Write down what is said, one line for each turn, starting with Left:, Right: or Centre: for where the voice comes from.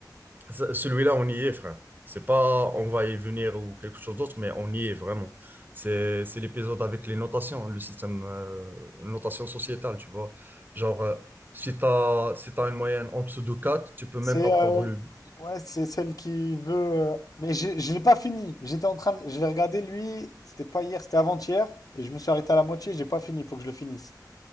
Right: Ça- Celui-là, on y est, frère. C'est pas on va y venir ou quelque chose d'autre, mais on y est vraiment. C'est c'est l'épisode avec les notations, le système euh, notation sociétale, tu vois. Genre, euh, si t'as, si t'as une moyenne en dessous de 4, tu peux
Left: C'est
Right: même pas prendre
Left: euh,
Right: le but.
Left: ouais, c'est celle qui veut. euh, Mais j'ai- je l'ai pas fini. J'étais en train de... Je l'ai regardé lui. C'était pas hier, c'était avant-hier. Et je me suis arrêté à la moitié. J'ai pas fini. Il Faut que je le finisse.